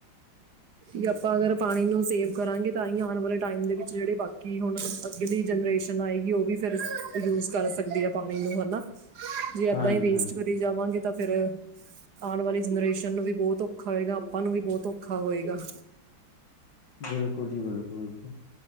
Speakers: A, on the right; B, on the left.
A: ਕਿ ਆਪਾਂ ਅਗਰ ਪਾਣੀ ਨੂੰ ਸੇਵ ਕਰਾਂਗੇ ਤਾਂ ਹੀ ਆਉਣ ਵਾਲੇ ਟਾਈਮ ਦੇ ਵਿੱਚ ਜਿਹੜੇ ਬਾਕੀ ਹੁਣ ਅੱਗਲੀ ਜਨਰੇਸ਼ਨ ਆਏਗੀ ਉਹ ਵੀ ਫਿਰ ਯੂਜ ਕਰ ਸਕਦੀ ਆ ਪਾਣੀ ਨੂੰ ਹਨਾ। ਜੇ ਏਦਾਂ
B: ਹਾਂਜੀ
A: ਹੀ ਵੇਸਟ
B: ਹਾਂਜੀ
A: ਕਰੀ ਜਾਵਾਂਗੇ ਤਾਂ ਫੇਰ ਆਉਣ ਵਾਲੀ ਜਨਰੇਸ਼ਨ ਨੂੰ ਵੀ ਬਹੁਤ ਔਖਾ ਹੋਏਗਾ ਆਪਾਂ ਨੂੰ ਵੀ ਬਹੁਤ ਔਖਾ ਹੋਏਗਾ। ਹੂੰ
B: ਬਿਲਕੁਲ ਜੀ। ਬਿਲਕੁਲ- ਬਿਲਕੁਲ